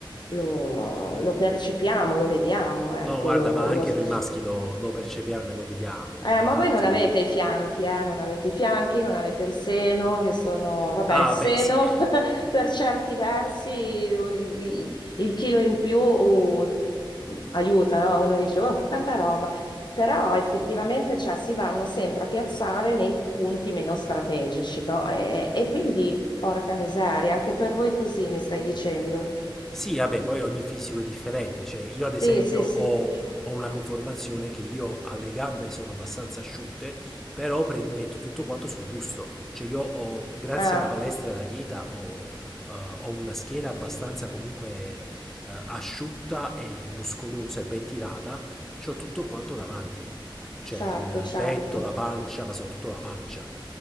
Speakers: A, on the left; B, in the centre.
A: lo, lo percepiamo, lo vediamo, ecco,
B: No, guarda,
A: lo- lo-
B: ma anche
A: lo s-
B: noi maschi lo, lo percepiamo e lo vediamo.
A: Eh,
B: Ma infatti.
A: ma voi non avete i fianchi, eh, non avete i fianchi, non avete il seno, che sono, vabbè,
B: Ah,
A: il seno
B: beh, sì,
A: <laughs> per certi versi, il, il chilo in più uh, aiuta, no? Uno dice, oh, tanta roba. Però effettivamente cioè, si vanno sempre a piazzare nei punti meno strategici, no? E, e quindi, porca miseria, anche per voi così mi stai dicendo.
B: Sì, vabbè, poi ogni fisico è differente, cioè io ad esempio
A: Sì, sì,
B: ho,
A: sì.
B: ho una conformazione che io alle gambe sono abbastanza asciutte, però pre- metto tutto quanto sul busto, cioè io ho, grazie
A: Ah.
B: alla palestra e alla dieta, ho, eh, ho una schiena abbastanza comunque eh, asciutta e muscolosa e ben tirata, c'ho tutto quanto davanti, cioè
A: Certo,
B: il
A: certo.
B: petto, la pancia, ma soprattutto la pancia.